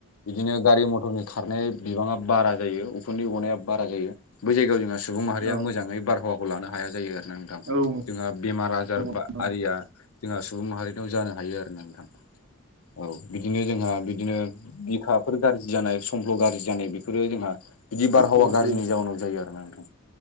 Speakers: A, on the left; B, on the right.
A: बिदिनो गारि मथरनि खारनाय बिबाङा बारा जायो। अब उखुन्दै गनाया बारा जायो। बै जायगायाव जोंना सुबुं माहारिया
B: औ
A: मोजाङै बारहावाखौ लानो हाया जायो आरो ना नोंथां।
B: औ नंगौ
A: जोंहा बेमार आजार
B: नंगौ
A: बा
B: औ
A: आरिया जोंहा सुबुं माहारिनाव जानो हायो आरो ना नोंथां। औ बिदिनो जोंहा बिदिनो बिखाफोर गाज्रि जानाय समफ्ल' गाज्रि जानाय बेफोरो जोंहा बिदि बारहावा
B: नंगौ नोंथां नंगौ औ
A: गाज्रिनि जाउनाव जायो आरो ना नोंथां।